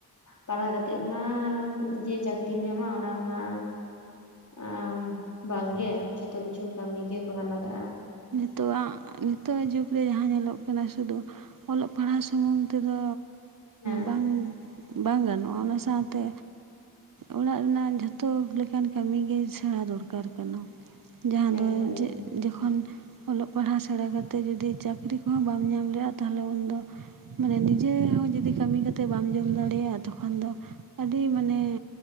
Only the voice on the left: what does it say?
ᱯᱟᱲᱦᱟᱣ ᱠᱟᱛᱮᱫ ᱢᱟ ᱡᱮ ᱪᱟᱹᱠᱨᱤᱢ ᱧᱟᱢᱟ ᱚᱱᱟ ᱢᱟ ᱟ ᱵᱟ ᱝᱜᱮ ᱡᱷᱚᱛᱚ ᱠᱤᱪᱷᱩ ᱠᱟᱹᱢᱤ ᱜᱮ ᱠᱚᱨᱟᱣ ᱞᱟᱜᱟᱜ-ᱟ
ᱦᱮᱸ
ᱮᱠᱵᱟᱨᱮ